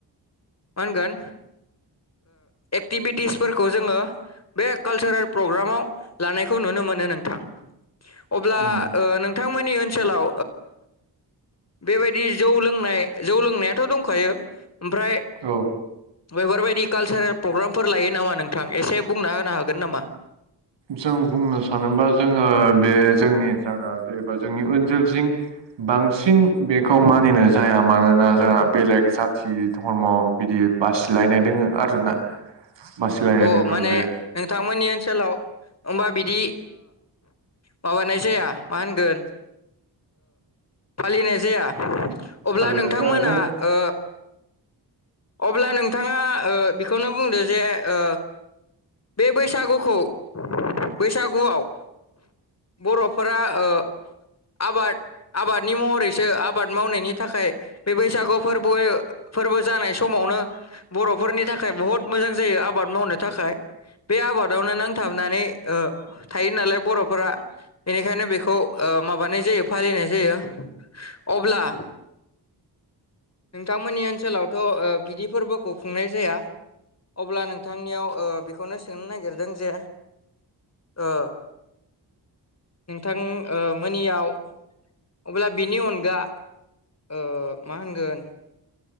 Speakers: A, on the left (about 35°); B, on the right (about 90°).
A: होनगोन एक्टिभिटिसफोरखौ जोङो बे कालसारेल <unintelligible> लानायखौ नुनो मोनो नोंथां। अब्ला
B: उम
A: नोंथांमोननि ओन ओनसोलाव बेबायदि जौ लोंनाय जौ लोंनायाथ' दंखायो। ओमफ्राय
B: औ
A: बेफोरबायदि कालसारेल प्रग्रामफोर लायो नामा नोंथां एसे बुंना होनो हागोन नामा?
B: जों बुंनो सानोबा जोङो बे जोंनि जायागा ज एबा जोंनि ओनसोलजोंं बांसिन बेखौ मानिनाय जाया मानोना जोंहा बेलेग जाथि धर्म बिदि बासिलायनाय दोङो आरोना। बासिलायनाय
A: अ
B: दोङो
A: माने
B: बे
A: नोंथांमोननि ओनसोलाव। होबा बिदि माबानाय जाया मा होनगोन फालिनाय जाया? अब्ला
B: फालिनाय
A: नोंथांमोना
B: जा जों
A: ओ अब्ला नोंथाङा ओ बेखौनो बुंदो जे ओ बे बैसागुखौ बैसागुआव बरफोरा ओह आबाद-आबादनि महरैसो आबाद मावनायनि थाखाय बे बैसागु फोरबो फोरबो जानाय समावनो बरफोरनि थाखाय बहुत मोजां जायो आब आबाद मावनो थाखाय बे आबादावनो नांथाबनानै ओ थायो नालाय बरफोरा बेनिखायनो बेखौ ओ माबानाय जायो फालिनाय जायो अब्ला नोंथांमोननि ओनसोलावथ बिदि फोरबोखौ खुंनाय जाया अब्ला नोंथांनियाव ओ बेखौनो सोंनो नागिरदों जे ओ नोंथां ओ मोनियाव अब्ला बिनि अनगा ओ मा होनगोन